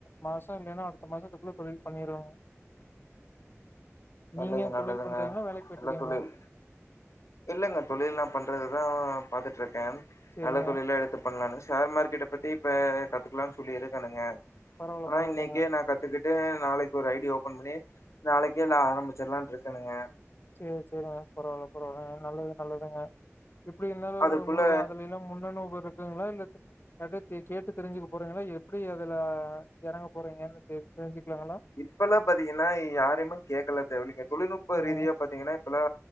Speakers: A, on the left; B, on the left.
A: மாசோ இல்லைன்னா அடுத்த மாசத்துக்குள்ள தொழில் பண்ணிருவோங்க
B: நல்லது
A: நீங்க
B: நல்லதுங்க
A: தொழில் பண்றீங்களா வேலைக்கு போயிட்டு
B: நல்ல
A: இருக்கீங்களா
B: தொழில் இல்லைங்க தொழில் நா பண்றதுதா பாத்துட்டு இருக்கே
A: சேரிங்க
B: நல்ல தொழிலா எடுத் பண்ணலானு ஷேர் மார்கெட்ட பத்தி இப்ப கத்துக்கலானு சொல்லி இருக்கனுங்க
A: பரவால்ல
B: ஆனா
A: பரவால்ல
B: இன்னைக்கே நா கத் த்துக்கிட்டு நாளைக்கு ஒரு ஐடி ஓபன் பண்ணி நாளைக்கே நா ஆரம்பிச்சிற்லான்னு இருக்கனுங்க
A: சேர் சேரிங்க பரவால்ல பரவால்ல நல்லது நல்லதுங்க எப்டி இன்னல்
B: அதுக்குள்ள
A: உங்களுக்கு அதுலில்லா முன்னனுபவோ இருக்குங்ளா இல்ல யார்ட்ட கேட்டு தெரிஞ்சுக்க போறீங்ளா எப்டி அதுல எறங்க போறீங்கன்னு தெரிஞ்சுக்குலாங்ளா
B: இப்பெல்லா பாத்தீங்கன்னா யாரயுமே கேக்கலா தேவ இல்லிங்க தொழில்நுட்ப
A: சேரிங்க
B: ரீதியா பாத்தீங்கன்னா இப்பனா